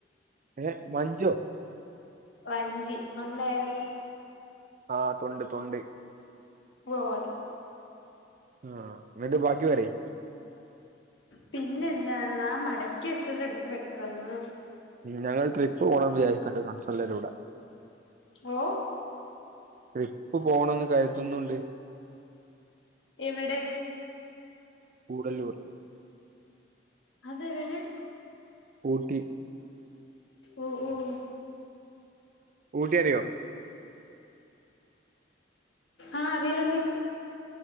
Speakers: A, on the right; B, on the left.
A: ഏ മഞ്ജോ
B: വഞ്ചി ഉണ്ടാരുന്നു
A: ആഹ് തൊണ്ട് തൊണ്ട്
B: ഓഹ് അത
A: ആഹ് എന്നിട്ട് ബാക്കി പറയി
B: പിന്നെ എന്താണ് ദാ മടക്കി വെച്ചത് എടുത്ത് വെക്ക്ന്ന്
A: ഞങ്ള് ട്രിപ്പ് പോണം വിചാരിക്കിണ്ട് ഫ്രണ്ട്സ് എല്ലാരും കൂട
B: ഓ
A: ട്രിപ്പ് പോകണംന്ന് കരുതുന്നുണ്ട്
B: എവിടെ
A: കൂടല്ലൂർ
B: അതെവിടെ
A: ഊട്ടി
B: ഓഹ് ഓഹ്
A: ഊട്ടി അറിയോ
B: ആഹ് അറിയാലോ